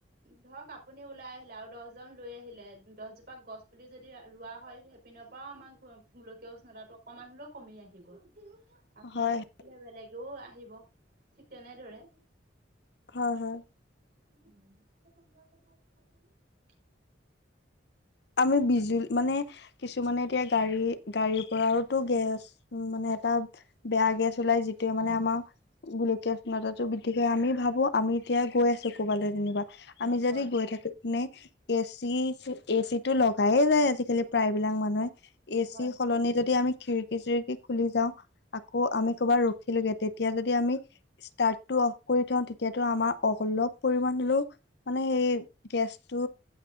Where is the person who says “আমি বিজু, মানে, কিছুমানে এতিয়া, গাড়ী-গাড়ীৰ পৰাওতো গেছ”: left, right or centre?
Left